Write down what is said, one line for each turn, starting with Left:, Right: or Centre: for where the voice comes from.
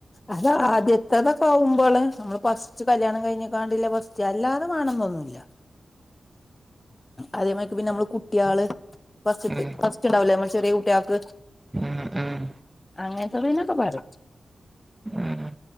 Left: അത് ആദ്യത്തതൊക്കെ ആവുമ്പള് നമ്മള് ഫസ്റ്റ് കല്യാണം കയ്ഞ്ഞ്ക്കാണ്ട്ല്ലെ ഫസ്റ്റ് അല്ലാതെ മാണംന്നൊന്നു ല്ലാ അതേമായ്ക്ക് പിന്നെ മ്മള് കുട്ട്യാള് ഫസ്റ്റ്ത്
Right: ഉം
Left: ഫസ്റ്റ്ണ്ടാവുലേ മ്മള് ചെറ്യേ കുട്ട്യാക്ക്
Right: ഉം ഉം
Left: അങ്ങൻത്തെതിനൊക്കെ പറിം
Right: ഉം